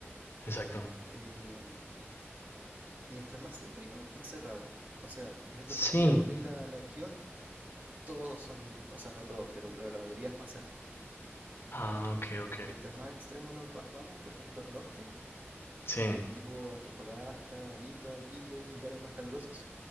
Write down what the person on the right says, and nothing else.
Em, mientras más céntrico, más cerrado. O sea, por ejemplo,
Santiago, que es la, la región, todos son, o sea, no todos, pero claro, la mayoría es más cerrada.
Y
mientras más extremo nos va- vamos, por ejemplo, el norte,
eh, tipo Antofagasta, Arica, Iquique, lugares más calurosos,